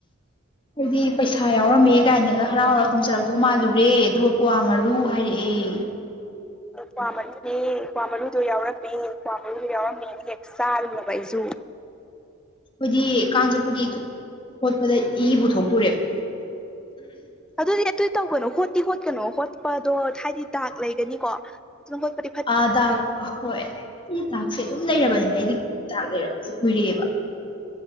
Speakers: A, on the left; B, in the centre.
A: ꯑꯈꯣꯏꯗꯤ ꯄꯩꯁꯥ ꯄꯥ ꯌꯥꯎꯔꯝꯃꯦ ꯀꯥꯏꯅꯒ ꯍꯔꯥꯎ ꯍꯔꯥꯎ ꯇꯝꯖꯔꯛꯇꯧ ꯃꯥꯜꯂꯨꯔꯦ ꯑꯗꯨꯒ ꯀ꯭ꯋꯥ ꯃꯔꯨ ꯍꯥꯏꯔꯛꯑꯦ
B: ꯀ꯭ꯋꯥ ꯃꯔꯨꯅꯦ ꯀ꯭ꯋꯥ ꯃꯔꯨꯗꯣ ꯌꯥꯎꯔꯛꯃꯦ ꯀ꯭ꯋꯥ ꯃꯔꯨꯗꯣ ꯌꯥꯎꯔꯝꯅꯦꯅ ꯍꯦꯛ ꯆꯥꯔꯨꯕ ꯑꯩꯖꯨ
A: ꯑꯩꯈꯣꯏꯗꯤ ꯀꯥꯡ ꯆꯠꯄꯒꯤ ꯈꯣꯠꯄꯗ ꯏ ꯄꯨꯊꯣꯛꯇꯨꯔꯦꯕ
B: ꯑꯗꯨꯗꯤ ꯑꯗꯨꯏ ꯇꯧꯒꯅꯣ ꯍꯣꯠꯇꯤ ꯍꯣꯠꯀꯅꯣ ꯍꯣꯠꯄꯗꯣ ꯍꯥꯏꯗꯤ ꯗꯥꯛꯛ ꯂꯩꯒꯅꯤꯀꯣ ꯑꯗꯨꯅ ꯈꯣꯠꯄꯗꯤ
A: ꯑ ꯗꯥꯛ ꯍꯣꯏ ꯁꯤ ꯗꯥꯛꯁꯦ ꯑꯗꯨꯝ ꯂꯩꯔꯕꯅꯤꯅ ꯑꯩꯗꯤ ꯗꯥꯛ ꯂꯩꯔꯕꯁꯦ ꯀꯨꯏꯔꯛꯑꯦꯕ